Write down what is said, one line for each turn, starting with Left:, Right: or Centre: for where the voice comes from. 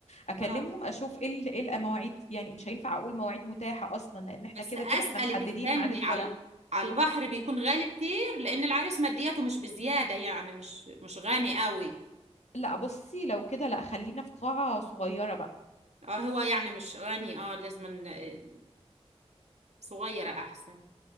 Left: اكلمهم
Right: اه
Left: اشوف ايه ال- ايه المواعيد يعني مش هينفع اقول مواعيد متاحة اصلا لان احنا
Right: بس
Left: كده
Right: اسألك
Left: كده احنا محددين
Right: استني
Left: ميعاد الفرح
Right: على على البحر بيكون غالي كتير لان العريس مادياته مش بزيادة يعني مش مش غني قوي
Left: لا بصي لو كده لا خلينا في قاعة صغيرة بقى
Right: اه هو يعني مش غني اه لازم ن- صغيرة احسن